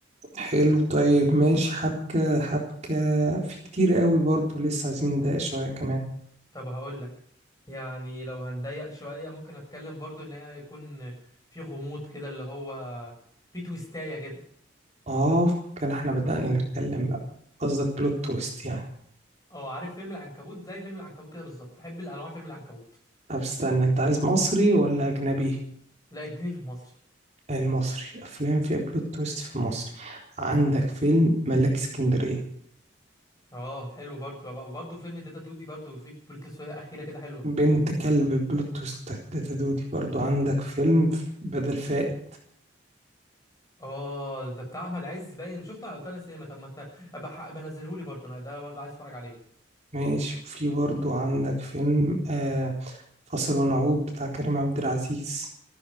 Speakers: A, on the right; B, on the left.
A: حلو طيب ماشي حبكة حبكة في كتير قوي برضو لسه عايزين نضايق شوية كمان
B: طب هقول لك يعني لو هنضيق شويه ممكن اتكلم برضو ان هي يكون في غموض كده اللي هو في تويستايه كده
A: اه كان احنا بدأنا نتكلم بقى قصدك بلوت تويست يعني
B: اه عارف فيلم العنكبوت زي فيلم العنكبوت كده بالظبط بحب الانواع فيلم العنكبوت
A: طب استنى انت عايز مصري ولا اجنبي
B: لا اديني في المصري
A: المصري افلام فيها بلوت تويست في مصر عندك فيلم ملاك اسكندرية
B: اه حلو برضو بقى- برضو فيلم داتا تو دي برضو في بوليت سويه اخيره كده حلوه
A: بنت كلب بلوت تويست تاتا دودي برضو عندك فيلم ف- بدل فائد
B: اه ده بتاع احمد عز باين شفته على روتانا السينما طب ما تنا- ابقى ح- ابقى نزلهولي برضو انا ده برضو عايز اتفرج عليه
A: ماشي وفي برضو عندك فيلم آه فاصل ونعود بتاع كريم عبد العزيز